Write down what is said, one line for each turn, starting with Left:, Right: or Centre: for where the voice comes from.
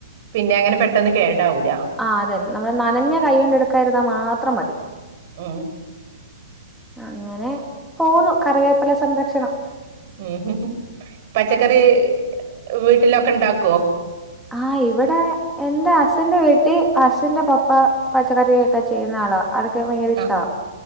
Right: പിന്നെ അങ്ങനെ പെട്ടന്ന് കേടാവൂല.
Centre: ആഹ് അതന്നെ നമ്മള് നനഞ്ഞ കൈ കൊണ്ട് എടുക്കാരിന്നാ മാത്രം മതി
Right: ഉം
Centre: അങ്ങനെ പോന്നു കറിവേപ്പില സംരക്ഷണം
Right: ഉം. പച്ചക്കറി വീട്ടിലൊക്കെ ണ്ടാക്കോ?
Centre: ആഹ് ഇവടെ എൻ്റെ അച്ഛന്റെ വീട്ടി അസിന്റെ പപ്പ പച്ചക്കറി ഒക്കെ ചെയ്യുന്ന ആളാ ആൾക്ക് ഭയങ്കര
Right: ആഹ്
Centre: ഇഷ്ട്ടവാ